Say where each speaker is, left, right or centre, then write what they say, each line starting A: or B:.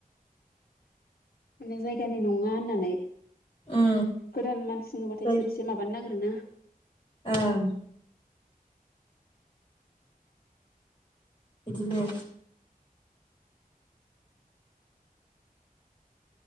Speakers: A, on the left (about 85°); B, on the left (about 35°).
A: माने जायगानि नङा होननानै
B: उम
A: गोदान मानसि नुबाथाय
B: जाय
A: इसोर एसे माबानो नागिरोनो
B: ओं बिदिनोे